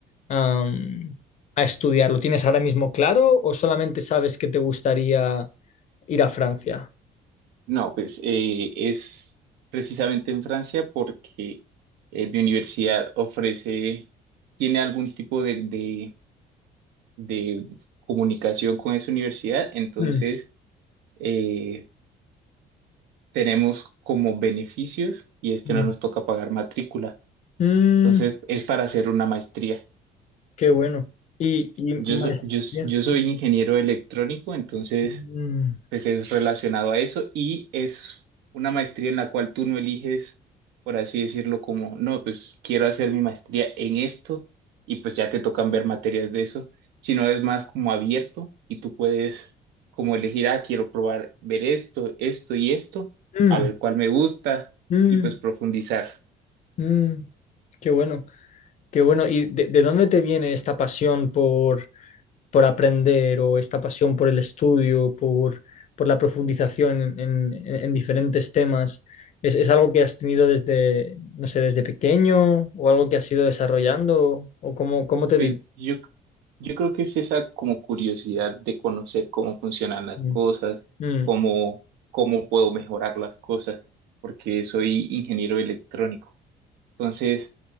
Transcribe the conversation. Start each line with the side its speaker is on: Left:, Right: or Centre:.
Left: am, a estudiar? ¿Lo tienes ahora mismo claro o solamente sabes que te gustaría ir a Francia?
Right: No, pues eh, es precisamente en Francia porque eh, mi universidad ofrece, tiene algún tipo de, de, de comunicación con esa universidad, entonces...
Left: Mm,
Right: eh, tenemos como beneficios y es que
Left: mm.
Right: no nos toca pagar matrícula.
Left: Mm,
Right: Entonces, es para hacer una maestría.
Left: qué bueno. Y, y
Right: Yo,
Left: maestría.
Right: so- yo, s- yo soy ingeniero electrónico, entonces
Left: Mm,
Right: pues es relacionado a eso y es una maestría en la cual tú no eliges, por así decirlo, como, no, pues quiero hacer mi maestría en esto y pues ya te tocan ver materias de eso, sino es más como abierto y tú puedes como elegir, ah, quiero probar ver esto, esto y esto,
Left: mm,
Right: a ver cuál me gusta
Left: mm,
Right: y pues profundizar.
Left: mm. Qué bueno, qué bueno. ¿Y de, de dónde te viene esta pasión por, por aprender o esta pasión por el estudio, por, por la profundización en, en- en diferentes temas, ¿es, es algo que has tenido desde, no sé, desde pequeño o algo que has ido desarrollando o cómo, cómo te
Right: Pues
Left: vino?
Right: yo, yo creo que es esa como curiosidad de conocer cómo funcionan las
Left: Mm,
Right: cosas,
Left: mm,
Right: cómo, cómo puedo mejorar las cosas, porque soy ingeniero electrónico. Entonces,